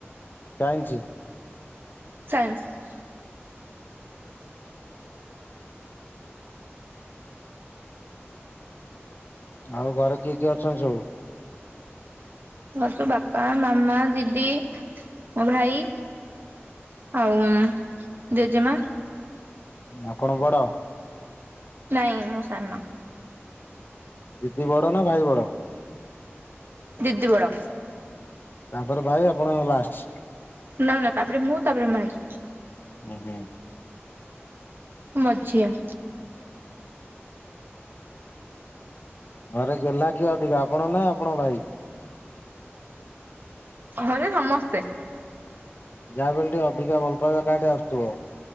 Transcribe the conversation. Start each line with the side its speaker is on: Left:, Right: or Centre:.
Left: ଚାଇଁନ୍ସୀ?
Right: ସାଇନ୍ସୀ।
Left: ଆଉ ଘରେ କିଏ କିଏ ଅଛନ୍ତି ସବୁ?
Right: ଘରେତ ବାପା, ମାମା ଦିଦି ମୋ ଭାଇ ଆଉ ଜେଜେମା
Left: ଆପଣ ବଡ଼?
Right: ନାଇଁ ମୁଁ ସାନ।
Left: ଦିଦି ବଡ ନା ଭାଇ ବଡ଼?
Right: ଦିଦି ବଡ଼।
Left: ତାପରେ ଭାଇ ଆପଣ ଲାଷ୍ଟ।
Right: ନା ନା ତାପରେ ମୁଁ ତାପରେ ଭାଇ।
Left: ଉଁ ହୁଁ।
Right: ମୁଁ ମଝିଆ।
Left: ଘରେ ଗୋହ୍ଲା କିଏ ଅଧିକା ଆପଣ ନା ଆପଣ ଭାଇ?
Right: ଘରେ ସମସ୍ତେ।
Left: ଯାହା ବି ହେଲେ ଟିକେ ଅଧିକା ଭଲ ପାଇବା କାଠେଇ ଆସୁଥିବ